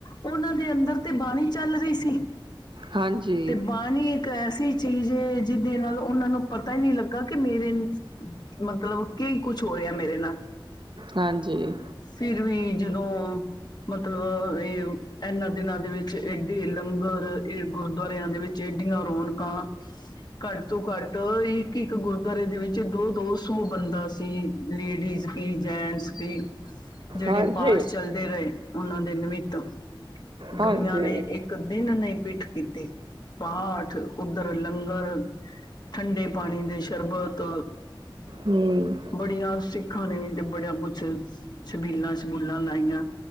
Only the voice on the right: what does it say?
ਹਾਂਜੀ
ਹਾਂਜੀ।
ਹਾਂਜੀ
ਹਾਂਜੀ
ਹਮ